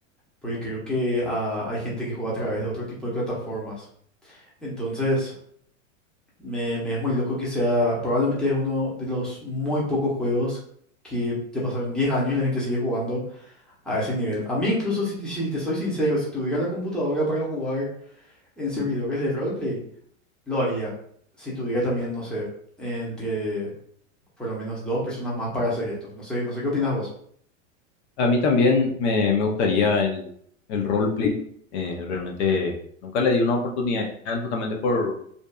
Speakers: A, in the centre; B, on the left.
A: porque creo que ah, hay gente que juega a través de otro tipo de plataformas. Entonces... Me, me es muy loco que sea, probablemente es uno de los muy pocos juegos que ya pasaron 10 años y la gente sigue jugando a ese nivel. A mí incluso, si, te si te soy sincero, si tuviera la computadora para jugar en servidores de roleplay, lo haría. Si tuviera también, no sé, entre por lo menos dos personas más para hacer esto. No sé, no sé qué opinas vos.
B: A mí también me, me gustaría el, el roleplay. eh, realmente nunca le di una oportunidad justamente por,